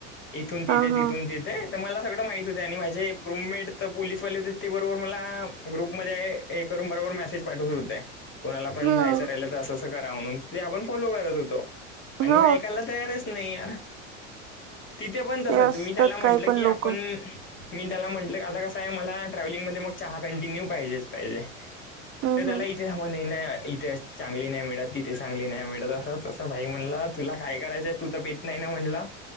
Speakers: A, on the left; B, on the right.
A: इथून तिथे
B: हा
A: तिथून
B: हा
A: तिथे तर मला सगळं माहित होत आणि माझे रूममेट तर पोलिसवाले होते ते बरोबर मला ब म पा हो कोणाला पणयचं
B: हम्म
A: राहि करा म्हण आपण फलो करत होतो आणि
B: हो
A: ऐय तयारच. नाहीर तिथे पण तसच
B: ते असतात
A: मी त्याला म्हंटलं
B: काही पण
A: की
B: लोक
A: आपण मी त्याला म्हटलं क आता कसं आहे मला ट्रॅव्हलिंग मध्ये मग चहा कंटिन्यू पाहिजेच पाहिजे.
B: हम्म
A: तर त्याला
B: हम्म
A: इथे सम नाही इथे चांगली नाही मिळत तिथे चांगली नाही मिळत असं. तसं भाई म्हणलं तुला काय करायचंय तू तर पेत नाही ना म्हणलं